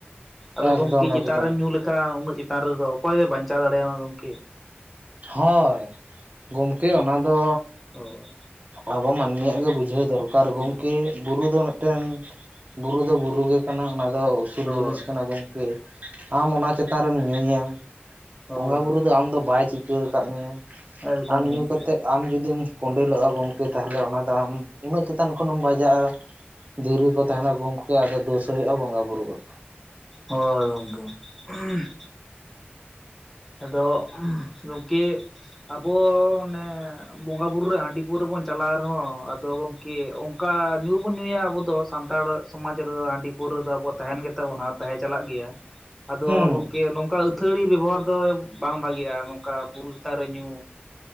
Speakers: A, in the centre; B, on the right (about 40°).
A: ᱟᱫᱚ
B: ᱮᱠᱫᱚᱢ
A: ᱜᱚᱢᱠᱮ ᱪᱮᱛᱟᱱ
B: ᱮᱠᱫᱚᱢ
A: ᱨᱮᱢ ᱧᱩᱸ ᱞᱮᱠᱷᱟᱱ ᱩᱱᱟᱹᱜ ᱪᱮᱛᱟᱱ ᱨᱮᱫᱚ ᱚᱠᱚᱭ ᱫᱚ ᱵᱟᱧᱪᱟᱣ ᱫᱟᱲᱮᱭᱟᱢᱟ ᱜᱚᱢᱠᱮ
B: ᱦᱳᱭ ᱜᱚᱢᱠᱮ ᱚᱱᱟ ᱫᱚ
A: ᱦᱳᱭ
B: ᱟᱵᱚ ᱢᱟᱹᱱᱢᱤ ᱭᱟᱜ ᱜᱮ ᱵᱩᱡᱷᱟᱹᱣ ᱫᱚᱨᱠᱟᱨ
A: ᱦᱩᱸ
B: ᱜᱚᱢᱠᱮ ᱵᱩᱨᱩ ᱫᱚ ᱢᱤᱫᱴᱮᱱ ᱵᱩᱨᱩ ᱫᱚ ᱵᱩᱨᱩ ᱜᱮ ᱠᱟᱱᱟ ᱚᱱᱟ ᱫᱚ ᱩᱥᱩᱞ
A: ᱦᱳᱭ
B: ᱡᱤᱱᱤᱥ ᱠᱟᱱᱟ ᱵᱚᱝ ᱜᱮ ᱟᱢ ᱚᱱᱟ ᱪᱮᱛᱟᱱ ᱨᱮᱢ ᱧᱩᱭᱟ
A: ᱦᱳᱭ
B: ᱵᱚᱸᱜᱟ ᱵᱩᱨᱩ ᱫᱚ ᱟᱢ ᱫᱚ ᱵᱟᱭ ᱪᱤᱼᱼ ᱪᱤᱠᱟᱹᱣ ᱟᱠᱟᱜ ᱢᱮᱭᱟᱭ
A: ᱮᱠᱫᱚᱢ
B: ᱟᱢ ᱧᱩ
A: ᱜᱚᱝᱠᱮ
B: ᱠᱟᱛᱮᱫᱼᱼ ᱟᱢ ᱡᱩᱫᱤᱢ ᱠᱚᱸᱰᱮᱞᱚᱜ-ᱟ ᱜᱚᱢᱠᱮ ᱛᱟᱦᱚᱞᱮ ᱚᱱᱟ ᱫᱚ ᱟᱢ ᱩᱱᱟᱹᱜ ᱪᱮᱛᱟᱱ ᱠᱷᱚᱱᱮᱢ ᱵᱟᱡᱟᱜᱼᱟ᱾ ᱫᱤᱨᱤ ᱠᱚ ᱛᱟᱦᱮᱱᱟ ᱜᱚᱢᱠᱮ ᱟᱫᱚ ᱫᱳᱥ ᱦᱚᱭᱚᱜ-ᱟ ᱵᱚᱸᱜᱟ ᱵᱩᱨᱩ ᱣᱟᱜ᱾
A: ᱦᱚᱭ ᱜᱚᱝᱠᱮ᱾ ᱟᱫᱚ ᱩᱸ ᱜᱚᱝᱠᱮᱜ ᱟᱵᱚ ᱚᱱᱮᱼᱼ ᱵᱚᱸᱜᱟ ᱵᱩᱨᱩ ᱨᱮ ᱦᱟᱹᱸᱰᱤ ᱯᱟᱹᱣᱨᱟᱹ ᱵᱚᱱ ᱪᱟᱞᱟᱣ ᱨᱮᱦᱚᱸ ᱟᱫᱚ ᱜᱚᱝᱠᱮ ᱚᱝᱠᱟ ᱧᱩᱵᱚᱱ ᱧᱩᱭᱟ ᱟᱵᱩ ᱫᱚ ᱥᱟᱱᱛᱟᱲᱼᱼ ᱥᱚᱢᱟᱡᱽ ᱨᱮᱫᱚ ᱦᱟᱸᱰᱤ ᱯᱟᱹᱣᱨᱟᱹ ᱫᱚ ᱟᱵᱚᱣᱟᱜ ᱛᱟᱦᱮᱱ ᱜᱮᱛᱟ ᱵᱚᱱᱟ ᱟᱨ ᱛᱟᱦᱮᱸ ᱪᱟᱞᱟᱜ ᱜᱮᱭᱟ᱾ ᱟᱫᱚ
B: ᱦᱩᱸ
A: ᱜᱚᱢᱠᱮ ᱱᱚᱝᱠᱟ ᱟᱹᱛᱷᱟᱹᱣᱲᱤ ᱵᱮᱵᱚᱦᱟᱨᱼᱼ ᱛᱚᱭᱮᱵ ᱵᱟᱝ ᱵᱷᱟᱜᱤ ᱭᱟ ᱱᱚᱝᱠᱟ ᱵᱩᱨᱩ ᱪᱮᱛᱟᱱ ᱨᱮ ᱧᱩ,